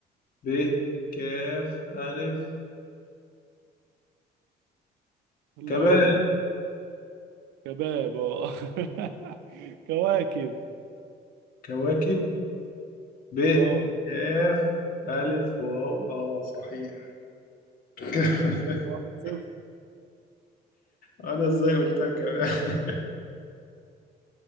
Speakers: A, on the left; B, on the right.
A: ب كاف ألف
B: يلا
A: كباب
B: يا ابني شباب اه. <laughs> كواكب
A: كواكب ب
B: اه
A: كاف ألف واو اه صحيح <laughs>
B: كده 1-0
A: أنا ازاي قلتها كمان <laughs>